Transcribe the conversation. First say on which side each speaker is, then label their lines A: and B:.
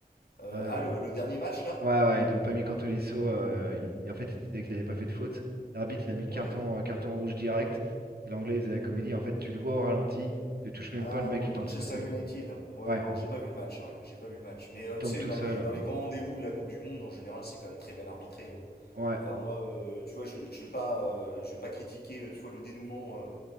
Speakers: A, on the left; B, on the right.
A: Euh,
B: Euh,
A: ah, le, le dernier match, là?
B: ouais, ouais, ils l'ont pas mis contre Tolisso. euh, il- il- en fait, il disait qu'il n'avait pas fait de faute. L'arbitre, il a mis carton,
A: Ouais.
B: euh, carton rouge direct. Et l'anglais, il faisait la comédie. En fait, tu le vois au ralenti, il le touche même
A: Ah,
B: pas, le mec,
A: contre
B: il tombe
A: Manchester
B: tout seul.
A: United. Ouais,
B: Ouais,
A: alors j'ai pas vu le match, ouais, j'ai pas vu le match. Mais euh,
B: il tombe
A: tu sais,
B: tout
A: dans
B: seul.
A: les,
B: Euh,
A: dans les grands rendez-vous de la Coupe du Monde, en général, c'est quand même très bien arbitré. hein.
B: Ouais,
A: Enfin, moi, euh, tu vois, je, je vais pas, euh, je vais pas critiquer, euh, tu vois, le dénouement euh,